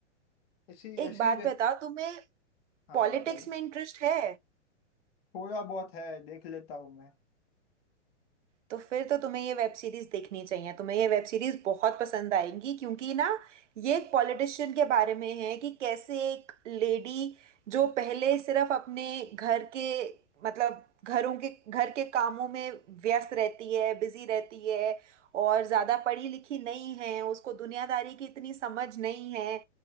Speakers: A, on the left (about 55°); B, on the right (about 80°).
A: ऐसी
B: एक
A: ऐसी
B: बात
A: वे
B: बताओ तुम्हें
A: हाँ
B: पॉलिटिक्स
A: बताइए
B: में इंटरेस्ट है
A: थोड़ा बहुत है देख लेता हूँ मैं
B: तो फिर तो तुम्हें ये वेब सीरीज देखनी चाहिए तुम्हें ये वेब सीरीज बहुत पसंद आएंगी क्योंकि ना ये एक पॉलिटिशियन के बारे में है कि कैसे एक लेडी जो पहले सिर्फ अपने घर के मतलब घरों के घर के कामों में व्यस्त रहती है बिजी रहती है और ज्यादा पढ़ी लिखी नहीं है उसको दुनियादारी की इतनी समझ नहीं है